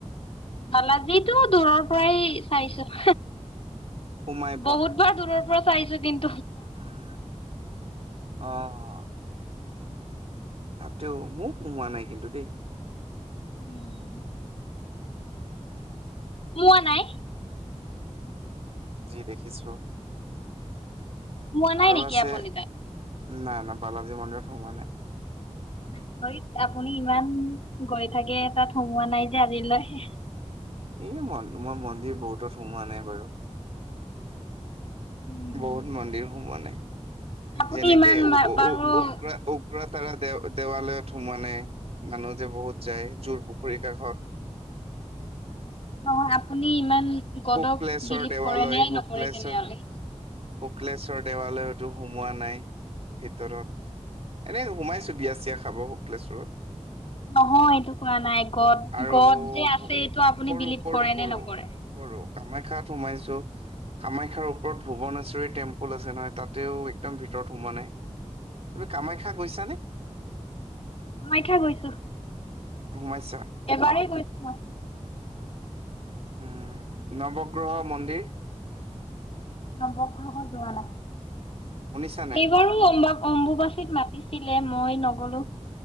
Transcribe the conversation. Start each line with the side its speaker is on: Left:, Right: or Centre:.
Left: ভালাজিটো দূৰৰ পৰাই চাইছো।
Right: সোমাই
Left: বহুতবাৰ দূৰৰ পৰা চাইছো কিন-
Right: অহ তাতেও মোক সোমোৱা নাই কিন্তু দেই।
Left: উম মোৱা নাই?
Right: যি দেখিছো।
Left: সোমোৱা নাই
Right: আৰু
Left: নেকি
Right: আছে
Left: আপুনি তাত?
Right: নাই না বালাজী মন্দিৰত সোমোৱা নাই।
Left: আচৰিত আপুনি ইমান গৈ থাকে তাত সোমোৱা নাই যে আজিলৈ।
Right: এই ম মই মন্দিৰ বহুতত সোমোৱা নাই বাৰু।
Left: উম।
Right: বহুত মন্দিৰ সোমোৱা নাই
Left: আপুনি
Right: যেনেকে
Left: ইমান
Right: উ উ
Left: বাৰু
Right: উব্ৰা উব্ৰা কুৰা তাৰা দে দেৱালয়ত সোমোৱা নাই মানুহ যে বহুত যায় জোৰ পুখুৰীৰ কাষত।
Left: <inaudible> নহয় আপুনি ইমান গদক
Right: শুক্লেশ্বৰ
Left: বিলিভ
Right: দেৱালয়
Left: কৰে নে
Right: শুক্লেশ্বৰ
Left: নকৰে তেনেহলে?
Right: শুক্লেশ্বৰ দেৱালয়তো সোমোৱা নাই ভিতৰত। এনেই সোমাইছো বিয়া চিয়া খাব শুক্লেশ্বৰত।
Left: নহয় এইটো কোৱা নাই গদ
Right: আৰু
Left: গদ যে আছে
Right: ভ-
Left: এইটো আপুনি
Right: কৰো
Left: বিলিভ
Right: কৰো
Left: কৰে
Right: কৰো
Left: নে নকৰে?
Right: কৰো কামাখ্যাত সোমাইছো কামাখ্যাৰ ওপৰত ভুুৱন আছে শ্বৰি টেম্পুল আছে নহয় তাতেও একদম ভিতৰত সোমোৱা নাই। তুমি কামাখ্যা গৈছানে?
Left: মাইথা গৈছো।
Right: সোমাইছা
Left: এবাৰেই গৈছো মই।
Right: উম নৱগ্ৰহ মন্দিৰ
Left: নৱগ্ৰহ যোৱা নাই,
Right: শুনিছানে
Left: এইবাৰো অম্বাব- অম্বুবাচীত মাতিছিলে মই নগলো।